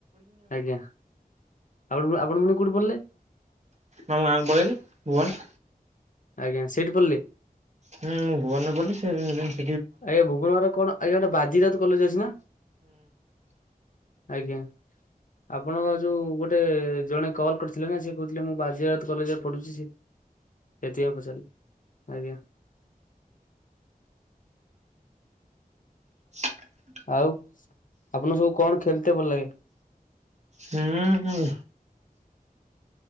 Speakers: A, on the left; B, on the right.
A: ଆଜ୍ଞା ଆପଣ ପୁଣି ଆପଣ ପୁଣି କଉଠି ପଢିଲେ?
B: ମୁଁ ଆମ ଗାଁ କୁ ପଳେଇ ଆଇଲି ଭୁବନ।
A: ଆଜ୍ଞା ସେଇଠି ପଢିଲେ?
B: ହୁଁ ମୁଁ ଭୁବନ ରେ ପଢିଲି ସେ
A: ଆଜ୍ଞା ଭୁବନ ରେ କଣ ଆଜ୍ଞା ଗୋଟେ ବାଜି ରାଉତ କଲେଜ୍ ଅଛି ନା? ଆଜ୍ଞା। ଆପଣଙ୍କ ଯଉ ଗୋଟେ ଜଣେ କଲ୍ କରିଥିଲେ ନା ସିଏ କହୁଥିଲେ ମୁଁ ବାଜି ରାଉତ୍ କଲେଜ୍ ରେ ପଢୁଚି ସିଏ ସେଥିପାଇଁ ପଚାରିଲି। ଆଜ୍ଞା।
B: <inaudible>
A: ଆଉ ଆପଣଙ୍କୁ ସବୁ କଣ ଖେଳିତେ ଭଲ ଲାଗେ?
B: ହୁଁ- ହୁଁ।